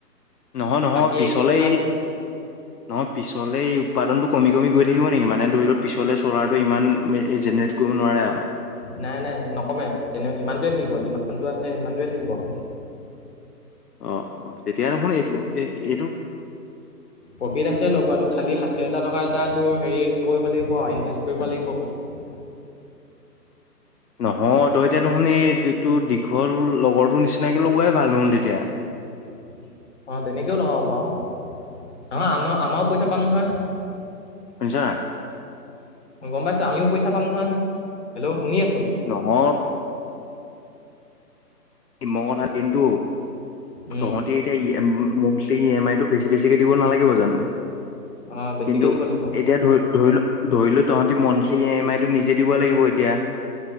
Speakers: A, on the left; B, on the left.
A: নহয় নহয়
B: বাকী
A: পিছলে
B: এক কিলোৱাত
A: নহয় পিছলে উৎপাদনটো কমি কমি গৈ থাকিব নেকি মানে ধৰি লও পিছলে চলাৰটো ইমান এ এ জেনেৰেট কৰিব নোৱাৰে আৰু।
B: নাই নাই নকমে তেনে সিমানটোৱে থাকিব যিমানটো আছে সিমানটোৱে থাকিব। <inaudible>
A: অ', তেতিয়া দেখুন এইটো এই এইটো
B: প্ৰফিট আছে লগোৱাটো খালি ষাঠি হাজাৰ টকা এটা তো। হেৰি কৰিব লাগিব ইনভেষ্ট কৰিব লাগিব বস্তুটো।
A: নহয় তই এতিয়া দেখোন এই তো দীঘল লগৰটোৰ নিচিনাকে লগোৱাই ভাল দেখোন তেতিয়া
B: <inaudible> অ, তেনেকেও লগাব পাৰু নহয় আমাৰ আমাৰো পইচা পাম নহয়।
A: শুনিছনে নাই।
B: গম পাইছো আমিও পইচা পাম নহয় হেল্ল', শুনি আছো।
A: নহয় মই কথা দন্তটো
B: উম,
A: তহতি এতিয়া উম, মোৰ ই এম আই টো বেছি বেছিকে দিব নালাগিব জানো।
B: অঁ বেছিকৈ
A: কিন্তু
B: দিব লাগিব
A: এতিয়া ধৰি - ধৰিল - ধৰিলো তহতি মন্থলি ই এম আই টো নিজে দিব লাগিব এতিয়া